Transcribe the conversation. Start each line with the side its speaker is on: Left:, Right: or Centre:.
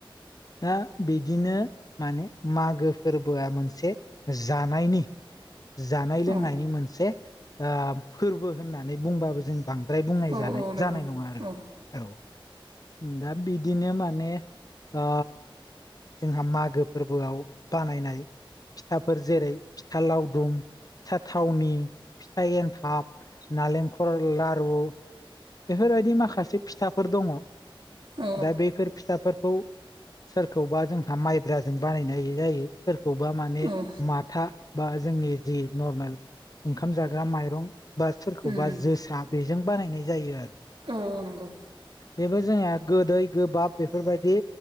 Left: दा बिदिनो माने मागो फोरबोआ मोनसे जानायनि जानाय लोंनायनि
Right: औ
Left: मोनसे आ फोरबो होननानै बुंबाबो जों बांद्राय बुंनाय
Right: औ
Left: जानाय
Right: औ नंगौ
Left: जानाय नङा आरो
Right: औ
Left: औ दा बिदिनो माने आ जोंहा माग गो फोरबोआव बानायनाय फिथाफोर जेरै फिथा लावदुम फिथा थावनि फिथा एन्थाब। नालेंखर लारु बेफोरबायदि माखासे फिथाफोर दङ
Right: औ
Left: दा बैफोर फिथाफोरखौ खौबा जोंहा माइब्राजों बानायनाय जायो सोरखौबा माने
Right: औ
Left: माथा बा जोंनि जि नर्मेल ओंखाम जाग्रा माइरं बा सोरखौबा
Right: औ
Left: जोसा बेजों बानायनाय जायो आरो
Right: औ नंगौ
Left: बेबो जोंनिया गोदै गोबाब बेफोरबायदि